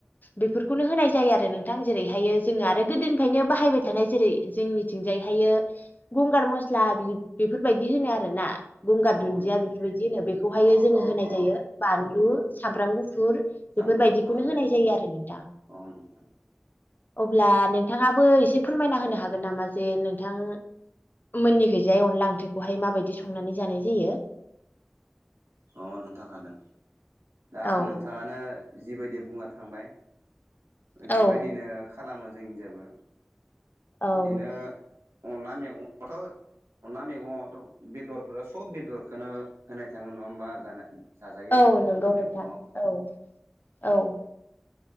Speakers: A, on the left; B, on the right.
A: बेफोरखौनो होनाय जायो आरो नोंथां जेरैहायो जोङो आरो गोदोनिफ्रायनो बाहायबाय थानाय जेरै जोंनिथिंजाय हायो गंगार मस्ला बेफोरबायदि होनो आरोना। गंगार
B: अ
A: दुन्दिया
B: नोंथां
A: बेफोरबायदि होनो बेखौहायो
B: अ
A: जोङो
B: अ
A: होनाय
B: अ
A: जायो बानलु
B: अ
A: सामब्राम गुफुर। बेफोरबायदिखौनो
B: सामब्राम गुफुर
A: होनाय जायो आरो नोंथा।
B: अ नंथ
A: अब्ला नोंथाङाबो एसे फोरमायना होनो हागोन नामा जे नोंथां मोनैखैजाय अनला ओंख्रिखौहाय माबायदि संनानै जानाय जायो।
B: अ नोंथां हागोन दा
A: औ
B: नोंथाङानो जिबायदि बुंना थांबाय
A: औ
B: बिबायदिनो खालामो जों हिनजाबो
A: औ
B: इदिनो अनला मैगंखथ' अनला मैगंआवथ' बेदरफोरा सब बेदरखोनो होनाय थाङो नङा होमबा ज जाजायो
A: औ
B: अनला
A: नंगौ नोंथां
B: मैगंआव।
A: औ औ